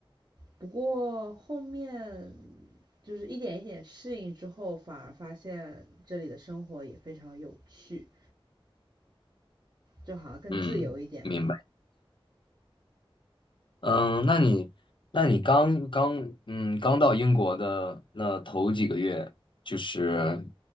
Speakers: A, on the right; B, on the left.
A: 不过后面就是一点一点适应之后，反而发现这里的生活也非常有趣，就好像更自由一点吧。
B: 嗯，明白，嗯，那你，那你刚刚，嗯，刚到英国的那头几个月，就是，